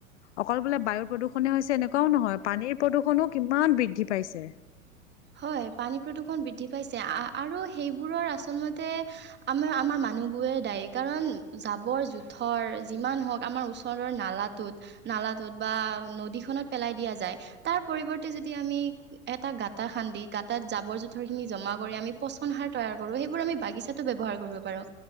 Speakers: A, on the left; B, on the right.
A: অকল বোলে বায়ুৰ প্ৰদূষণে হৈছে এনেকুৱাও নহয়, পানীৰ প্ৰদূষণো কিমান বৃদ্ধি পাইছে।
B: হয় পানী প্ৰদূৰ্ষণ বৃদ্ধি পাইছে আৰু সেইবোৰৰ আচলতে আমাৰ আমাৰ ম মানুহবোৰে দায়ী কাৰণ জাবৰ যুথৰ যিমান হওক আমাৰ ওচৰৰ নালা টোত নালাটোত বা নদীখনত পেলাই দিয়া যায়, তাৰ পৰিৱৰ্তে যদি আমি এটা গাত গাটা খান্দি গাঁত জাবৰ জোথৰখিনি জমা কৰি আমি পচন সাৰ তৈয়াৰ কৰোঁ, সেইবোৰ আমি বাগিচাটো ব্যৱহাৰ কৰিব পাৰোঁ।